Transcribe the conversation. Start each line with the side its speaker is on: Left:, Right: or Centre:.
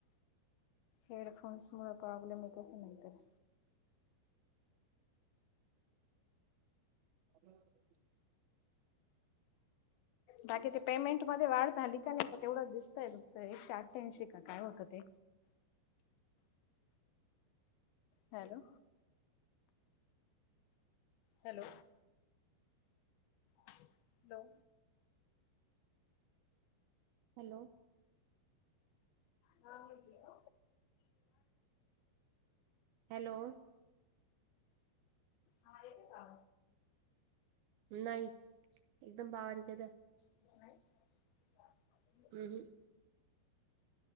Left: हेडफोन्स मु प्रॉब्लेम आहेस नाही तर.
Right: हॅ.
Left: बाकी ते पेमेंट मध्ये वाढ झाली का नाही का तेवढंच दिसतय तुमचं एकशे अठ्ठ्याऐंशी का काय होतं ते? Hello hello. हॅलो.
Right: हॅलो.
Left: ह मा वाढला.
Right: हॅलो.
Left: हा का?
Right: नाही एकदम बावारिक तर.
Left: हम्.
Right: ह ह.